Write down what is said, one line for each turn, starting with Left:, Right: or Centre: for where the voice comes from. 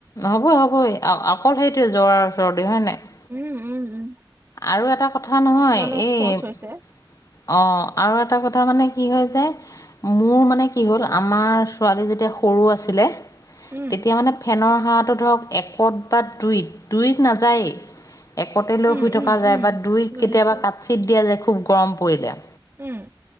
Left: হ'ব- হ'বই, অকল সেইটোৱে জ্বৰ আৰু চৰ্দি হয় নে নাই?
Right: উম- উম- উম।
Left: আৰু এটা কথা নহয়,
Right: কিছুমানৰ
Left: এই
Right: শৌচ হৈছে
Left: অহ, আৰু এটা কথা মানে কি হৈ যায়। মোৰ মানে কি হ'ল, আমাৰ ছোৱালী যেতিয়া সৰু আছিলে
Right: উম
Left: তেতিয়া মানে ফেনৰ হাৱাটো ধৰক, একত বা দুইত- দুইত নাযায়েই। একতে লৈ
Right: উম
Left: শুই থকা
Right: উম
Left: যায়
Right: উম
Left: বা দুইত
Right: বুজিছো
Left: কেতিয়াবা কাট- চিট দিয়া যায়, খুব গৰম পৰিলে।
Right: উম।